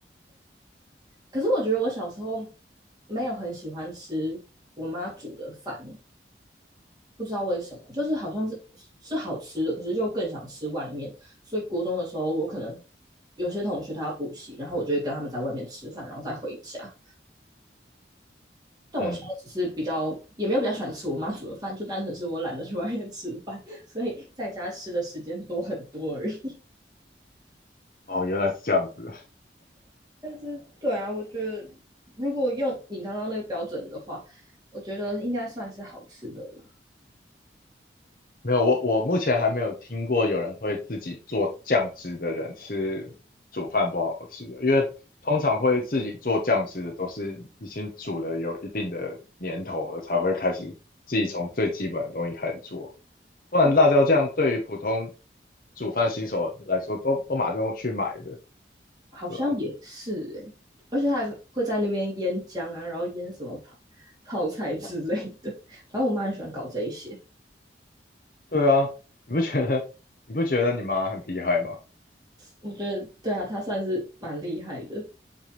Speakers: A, on the right; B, on the left.
A: 可是我觉得我小时候没有很喜欢吃我妈煮的饭，不知道为什么，就是好像是是好吃的，可是又更想吃外面。所以国中的时候，我可能有些同学他要补习，然后我就会跟他们在外面吃饭，然后再回家。但我现在只是比较也没有比较喜欢吃我妈煮的饭，
B: <laughs> 嗯，
A: 就单纯是我懒得去外面吃饭，所以在家吃的时间多很多而已。
B: 哦，原来是这样子。
A: <laughs> 但是对啊，我觉得如果用你刚刚那个标准的话，我觉得应该算是好吃的了。
B: 没有，我我目前还没有听过有人会自己做酱汁的人是煮饭不好吃的，因为通常会自己做酱汁的都是已经煮了有一定的年头了，才会开始自己从最基本的东西开始做。不然辣椒酱对于普通
A: 哦，
B: 煮饭新手来说，都都马上去买的，
A: 好像也是诶、
B: 对吧？
A: 而且他还会在那边腌姜啊，然后腌什么泡泡菜之类的。反正我妈很喜欢搞这一些，
B: 对啊，你不觉得你不觉得你妈很厉害吗？
A: 我觉得对啊，她算是蛮厉害的。